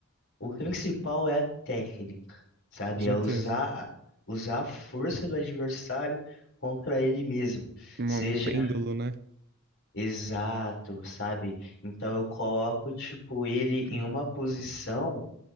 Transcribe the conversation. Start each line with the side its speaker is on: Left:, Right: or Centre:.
Left: o principal é a técnica, sabe?
Right: com certeza.
Left: É usar, usar a força do adversário contra ele mesmo.
Right: Um
Left: Seja
Right: um pêndulo, né?
Left: exato, sabe? Então, eu coloco, tipo, ele em
Right: Hum.
Left: uma posição.